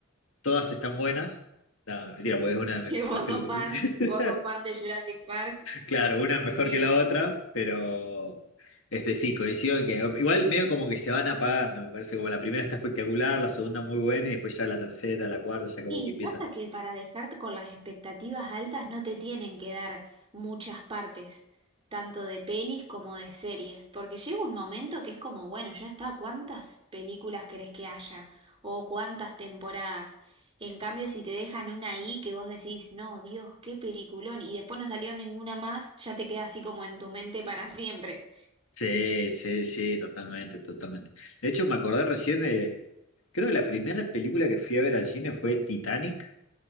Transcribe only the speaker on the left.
Todas están buenas. No, mentira, porque es
una de
mis-
las películas.
<laughs>
Claro, una
mejor que la otra, pero este sí, coincido en que igual medio como que se van apagando, me parece como la primera está espectacular, la segunda muy buena y después ya la tercera, la cuarta, ya como
que empieza.
Sí, sí, sí, totalmente, totalmente. De hecho, me acordé recién de, creo que la primera película que fui a ver al cine fue Titanic,